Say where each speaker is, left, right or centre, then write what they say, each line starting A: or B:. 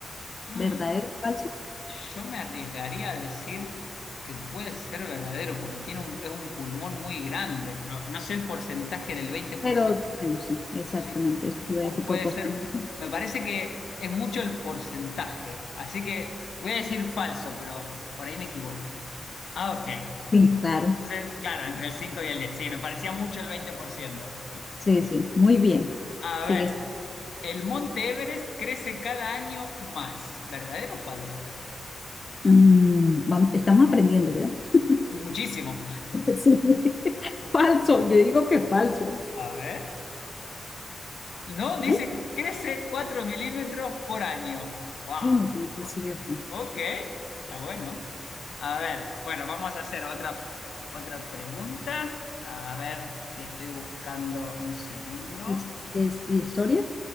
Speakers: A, on the left (about 70°); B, on the left (about 35°).
A: Mm,
B: ¿verdadero o falso?
A: Yo me arriesgaría a decir que puede ser verdadero, porque tiene un, es un pulmón muy grande, pero no sé el porcentaje del 20%.
B: Pero bueno, sí, exactamente,
A: Sí,
B: eso te iba
A: pu-
B: a decir
A: puede
B: por porcentaje.
A: ser, me parece que es mucho el porcentaje, así que voy a decir falso, pero por ahí me equivoco. Ah, ok.
B: Sí, claro,
A: Entonces, claro, entre el 5 y el 10. sí, me parecía mucho el 20%.
B: sí, sí, muy bien.
A: A
B: Sigue.
A: ver,
B: sí.
A: el monte Everest crece cada año más, ¿verdadero o falso?
B: Mm, vamos, estamos aprendiendo, ¿verdad? <laughs>
A: Muchísimo.
B: Sí. Falso, yo digo que es falso.
A: A ver. No, dice
B: Ay,
A: que crece 4 milímetros por año. Wow.
B: ay, no puede ser cierto.
A: Ok, está bueno. A ver, bueno, vamos a hacer otra, otra pregunta. A ver, que estoy buscando un segundo.
B: ¿Es, es- historia?